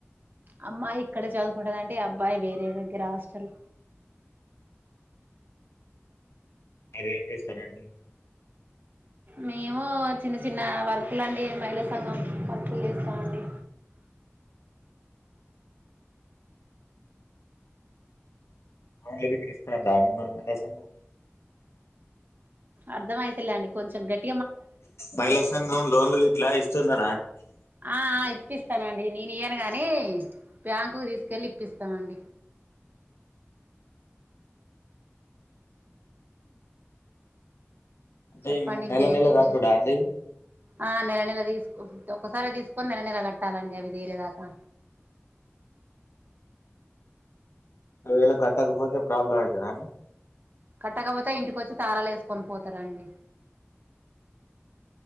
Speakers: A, on the right; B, on the left.
A: అమ్మాయి ఇక్కడే చదువుకుంటదండి. అబ్బాయి వేరే దగ్గర హాస్టల్.
B: మిరేం చేస్తారండి.
A: మేము చిన్న చిన్న వర్కులండి మహిళా సంఘం వర్కులు చేస్తామండి
B: లోన్లు గిట్ల ఇస్తారా అండి మరి మీరు అసలు
A: అర్థం అయితులేండి కొంచెం గట్టి
B: మహిళా సంఘం లోన్ లు ఎట్లా ఇస్తుంది
A: ఆఆ ఇప్పిస్తానండి నేను ఇయనుగానీ ఏయిట్ బ్యాంకు కి తీసుకెళ్లి ఇప్పిస్తా తవండి
B: అంటే
A: చెప్పండి
B: నెల
A: ఇంకేంటి
B: నెల కట్టుడా
A: విశేష
B: అండి
A: ఆ నెల నెల తీసుకోం ఒకసారి తీసుకొని నెల నెల కట్టాలండి అవి తిరేదాకా
B: ఎలా క అత్తాకపో పోతే ప్రాబ్లమ్ అవుతుదా అండి
A: కట్టకపోతే ఇంటికొచ్చి తారాలు వేసుకొని పోతారంండి